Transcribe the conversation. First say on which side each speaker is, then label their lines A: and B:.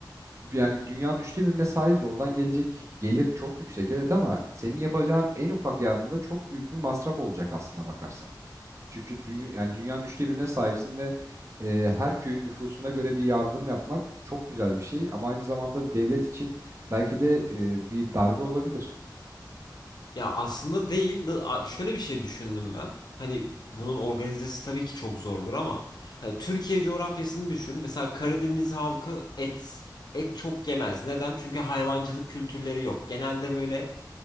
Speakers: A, on the right; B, on the left.
A: yani dünyanın üçte birine sahibiz. Oradan gelecek gelir çok yüksek evet ama senin yapacağın en ufak yardımda çok büyük bir masraf olacak aslına bakarsan. Çünkü dünya, yani dünyanın üçte birine sahipsin ve e, her köyün nüfusuna göre bir yardım yapmak çok güzel bir şey ama aynı zamanda devlet için belki de e, bir darbe olabilir.
B: Ya aslında değil. de- a- Şöyle bir şey düşündüm ben. Hani bunun organizesi tabii ki çok zordur ama hani Türkiye coğrafyasını düşün. Mesela Karadeniz halkı et et çok yemez. Neden? Çünkü hayvancılık kültürleri yok. Genelde böyle